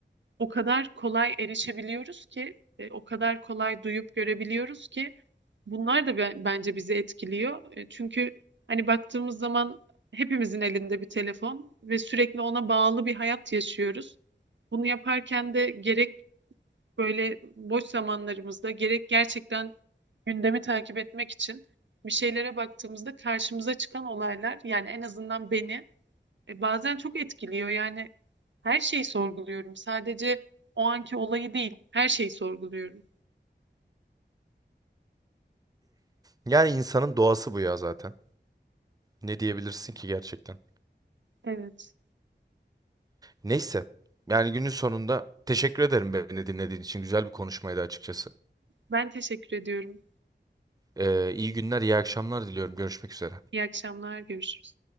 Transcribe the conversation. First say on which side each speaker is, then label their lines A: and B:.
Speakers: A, on the right; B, on the right.
A: o kadar kolay erişebiliyoruz ki, e, o kadar kolay duyup görebiliyoruz ki bunlar da be- bence bizi etkiliyor. E, çünkü hani baktığımız zaman hepimizin elinde bir telefon ve sürekli ona bağlı bir hayat yaşıyoruz. Bunu yaparken de gerek böyle boş zamanlarımızda gerek gerçekten gündemi takip etmek için bir şeylere baktığımızda karşımıza çıkan olaylar yani en azından beni e, bazen çok etkiliyor. Yani her şeyi sorguluyorum. Sadece o anki olayı değil, her şeyi sorguluyorum.
B: Yani insanın doğası bu ya zaten. Ne diyebilirsin ki gerçekten?
A: Evet.
B: Neyse. Yani günün sonunda teşekkür ederim beni dinlediğin için. Güzel bir konuşmaydı açıkçası.
A: Ben teşekkür ediyorum.
B: Ee, iyi günler, iyi akşamlar diliyorum. Görüşmek üzere.
A: İyi akşamlar, görüşürüz.